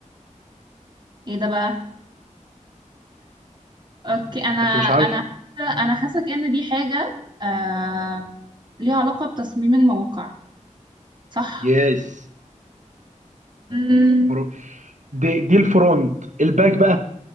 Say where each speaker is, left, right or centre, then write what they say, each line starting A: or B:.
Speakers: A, on the right; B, on the right.
A: ايه ده بقى اوكي انا
B: انت مش
A: انا
B: عارف
A: انا حاسك ان دي حاجة آه... ليها علاقة بتصميم المواقع صح
B: يس
A: مم...
B: برو. دي دي الفرونت الباك بقى